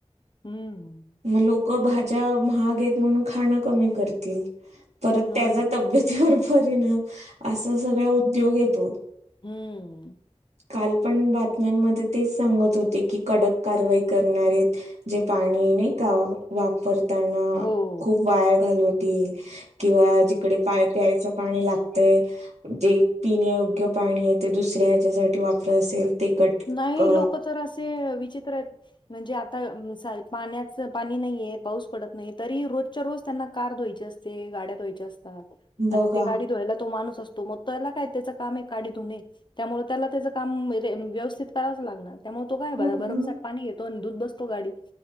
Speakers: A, on the left (about 45°); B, on the right (about 85°).
A: हम्म.
B: म लोक भाज्या महाग हेत म्हणून खाणं कमी करतील. तर
A: हो
B: त्याचा
A: ना.
B: तब्येतीवर परिणाम असा सगळा उद्योग येतो.
A: हूं!
B: कालपण बातम्यांमध्ये तेच सांगत होते की कडक कारवाई करणारेत जे पाणी नाही का वापर
A: हो!
B: खूप वाया घालवतील किंवा जिकडे पाय-प्यायचं पाणी लागतय जे पिण्यायोग्य पाणी आहे ते दुसऱ्या ह्याच्यासाठी वापरत असेल. ते कट
A: नाही
B: अ
A: लोक तर असे विचित्र आहेत. म्हणजे आता सा पाण्याच पाणी नाहीये पाऊस पडत नाही, तरी रोजच्या रोज त्यांना कार धुवायची असते. चे गाड्या धुवायचे असतात आणि
B: बघा
A: ते गाडी धुवायला तो माणूस अस तो मग त्याला काय त्याच काम आहे गाडी धुने त्यामुळे त्याला त्याच काम व्यवस्थित करावचं लागणार. त्यामुळे तो काय
B: हो
A: ब भरमसाट
B: हो
A: पाणी घेतो आणि धूत बसतो गाडी